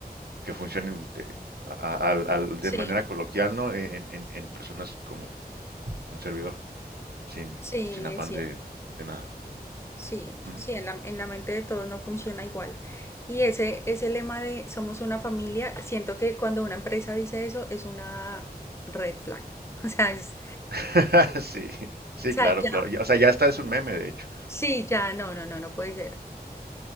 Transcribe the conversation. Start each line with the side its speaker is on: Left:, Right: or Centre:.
Right: que funcionen de, a- a- al- al-
Left: Sí,
Right: de manera coloquial, ¿no? E, En, en- en personas como un servidor, sin,
Left: sí,
Right: sin afán
Left: es cierto.
Right: de, de nada.
Left: Sí,
Right: Ujú.
Left: sí, en la, en la mente de todos no funciona igual. Y ese, ese lema de somos una familia, siento que cuando una empresa dice eso es una red flag. <laughs> O sea, es,
Right: <laughs> Sí, sí,
Left: O sea,
Right: claro,
Left: ya.
Right: claro. Ya- O sea, ya está, es un meme, de hecho.
Left: Sí, ya, no, no, no, no puede ser.